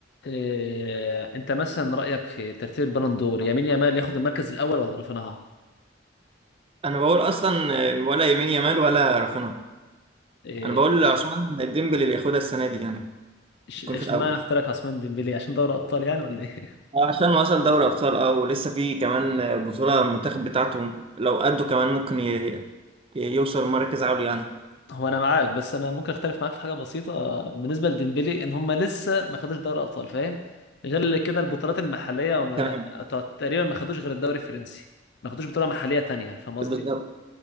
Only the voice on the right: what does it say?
انا بقول اصلا ولا يمين يامال ولا رافينها
انا بقول
عثمان ديمبلي اللي ياخدها السنه دي يعني
يكون
في الاول
عشان وصل دوري ابطال اه ولسه في كمان بطوله المنتخب بتاعته لو قده كمان ممكن ي- يوصل مركز عالي يعني
تمام
بالظبط